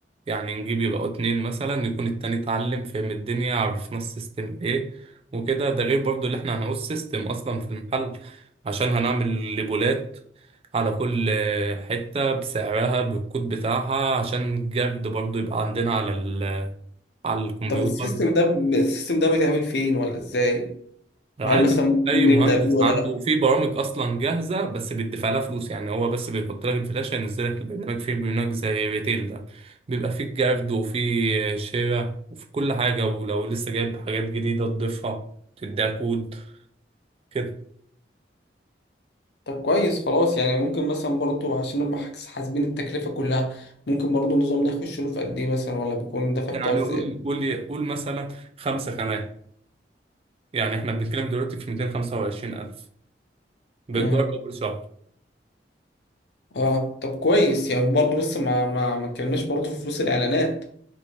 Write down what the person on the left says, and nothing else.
طب السيستم ده السيستم ده بيتعمل فين ولا ازاي
وهل مثلا
ممكن
نبدأ بيه ولا
لا
طب كويس خلاص يعني ممكن مثلا برضو عشان نبقى حاس- حاسبين التكلفة كلها ممكن برضو النظام ده يخش له في قد ايه مثلا ولا بيكون الدفع
بتاعه ازاي
امم
اه طب كويس يعني برضو لسه ما ما ما اتكلمناش برضو في فلوس الاعلانات